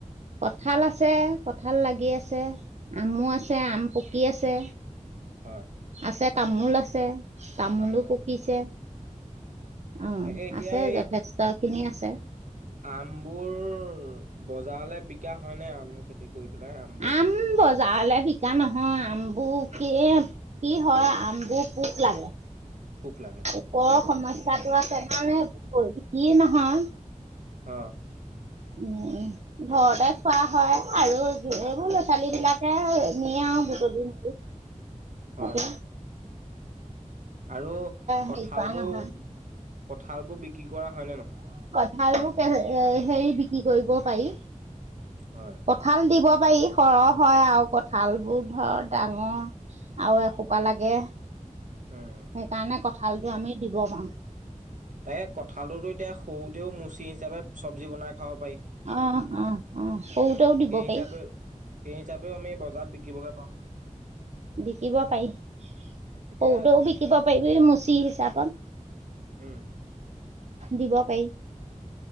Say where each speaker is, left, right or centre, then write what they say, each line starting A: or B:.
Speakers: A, on the right (about 60°); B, on the right (about 75°).
A: কঠাল আছে কঠাল লাগি আছে আমো আছে আম পক কি আছে?
B: হয়।
A: আছে তামোল আছে তামোলো
B: তামোল
A: পকিছে
B: আছে।
A: অ
B: তাকে এতিয়া
A: আছে
B: এই
A: যথেষ্ট খিনি আছে তে
B: আমবোৰ বজাৰলে বিকা হয় নে আম খেতি কৰি পেলাই আমবোৰ?
A: আম বজাৰলে বিকা নহয়, আমবোৰ কি কি হয় আমবোৰ পোক লাগে।
B: পোক লাগে।
A: ওপৰ সমস্যা টো আছে মানে বৌ ইটো কিনো হয়?
B: অ
A: উম ঘৰতে খোৱা হয় আৰু এইবোৰ ল'ৰা ছোৱালী বিলাকে নিয়ে আৰু বুটলি, বুটলি। তাকে
B: হয় আৰু কঠাল
A: হেৰি কৰা
B: বোৰ
A: নহয়
B: কঁঠাল বোৰ বিক্ৰী, কৰা হয়নে নহয়?
A: ভাল বোৰ কেলে হেৰি বিক্ৰী কৰিব পাৰি।
B: হয়।
A: কঁঠাল দিব, পাৰি সৰহ হয় আৰু কঠালবোৰ ধৰ ডাঙৰ আৰু এসোপা লাগে
B: উম
A: সেইকাৰণে কঁঠালটো আমি দিব পাৰো।
B: তাকে কঁঠালটোতো এতিয়া সৰুতেও মুচি হিচাপে চব্জি বনাই খাব পাৰি
A: অ অ অ সৰুতেও দিব
B: সেই হিচাপেও
A: পাৰি
B: সেই হিচাপেও আমি বজাৰত বিক্ৰীবগে পাৰোঁ নহয় জানো।
A: বিক্ৰীব পাৰি সৰুতেও
B: এতিয়া
A: বিক্ৰীব পাৰিবি নহয় মুচি হিচাপে,
B: উম
A: দিব পাৰি।